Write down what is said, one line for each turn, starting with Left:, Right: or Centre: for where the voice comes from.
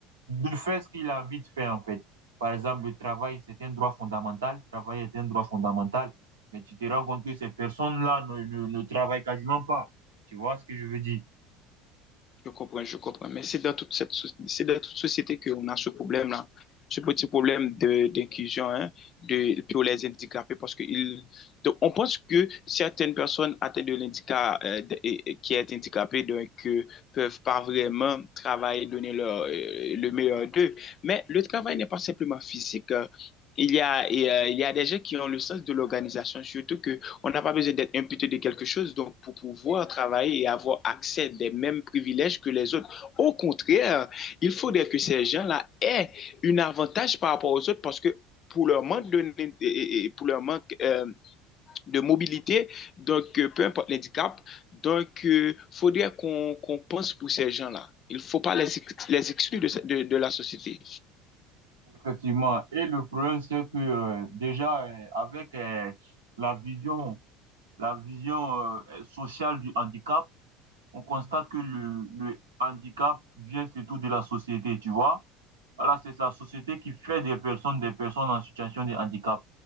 Right: de faire ce qu'il a envie de faire, en fait. Par exemple, le travail, c'est un droit fondamental. Travailler est un droit fondamental mais tu te rends compte que ces personnes-là ne, ne, ne travaillent quasiment pas. Tu vois ce que je veux dire?
Left: Je comprends, je comprends. Mais c'est dans toute cette, soci- c'est dans toute société qu'on a ce problème-là, ce petit problème de, d'inclusion, hein, de, pour les handicapés, parce que ils, donc on pense que certaines personnes atteintes de l'handicap, euh, de- et- et qui est handicapée, donc, euh, peuvent pas vraiment travailler, donner leur, euh, le meilleur d'eux. Mais le travail n'est pas simplement physique. euh, Il y a, et, euh, il y a des gens qui ont le sens de l'organisation, surtout que on n'a pas besoin d'être imputé de quelque chose donc pour pouvoir travailler et avoir accès des mêmes privilèges que les autres. Au contraire, il faudrait que ces gens-là aient un avantage par rapport aux autres parce que pour leur manque de, pour leur manque, euh, de mobilité, donc euh, peu importe l'handicap, donc il euh, faudrait qu'on qu'on pense pour ces gens-là. Il ne faut pas les, les exclure de, de, de la société.
Right: Effectivement. Et le problème, c'est que euh, déjà, euh, avec euh, la vision, la vision euh, sociale du handicap, on constate que le, le handicap vient surtout de la société, tu vois? Voilà, c'est la société qui fait des personnes des personnes en situation de handicap.